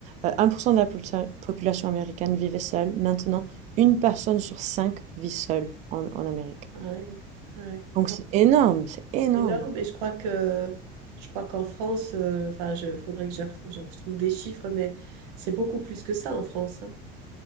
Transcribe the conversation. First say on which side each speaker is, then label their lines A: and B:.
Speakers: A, on the right (about 35°); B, on the right (about 90°).
A: Euh, 1% de la popula-
B: Oui.
A: population américaine vivait seule. Maintenant, une personne sur cinq vit seule en, en Amérique.
B: Ouais, ouais.
A: Donc c'est énorme, c'est énorme.
B: C'est énorme et je crois que je crois qu'en France, euh, enfin, je faudrait que je, re- je retrouve des chiffres, mais c'est beaucoup plus que ça en France. hein.